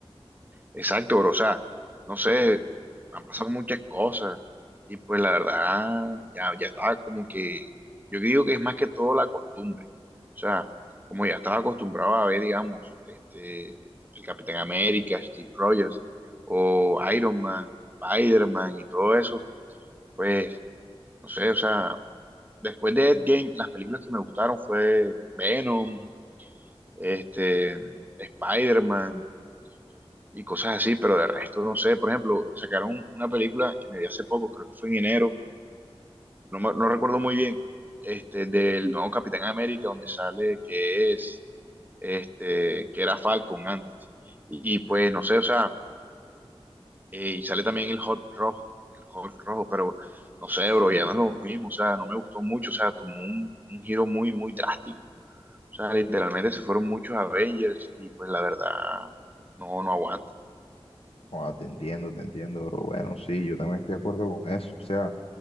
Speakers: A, on the right; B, on the left.
A: Exacto, bro. O sea, no sé, han pasado muchas cosas y pues la verdad, ya, ya estaba como que, yo digo que es más que todo la costumbre. O sea, como ya estaba acostumbrado a ver, digamos, este, el Capitán América, Steve Rogers o Iron Man, Spider-Man y todo eso, pues, no sé, o sea, después de Endgame, las películas que me gustaron fue Venom, este, Spider-Man y cosas así, pero de resto no sé. Por ejemplo, sacaron una película que me vi hace poco, creo que fue en enero, no, me- no recuerdo muy bien, este, del nuevo Capitán América, donde sale que es, este, que era Falcon antes. Y, y, pues no sé, o sea, eh, y sale también el Hulk rojo, el Hulk rojo, pero no sé,
B: sí.
A: bro, ya no es lo mismo, o sea, no me gustó mucho, o sea, tomó un, un giro muy, muy drástico. O sea, literalmente se fueron muchos Avengers y pues la verdad, no, no aguanto.
B: Joda, te entiendo, te entiendo, pero bueno, sí, yo también estoy de acuerdo con eso. O sea,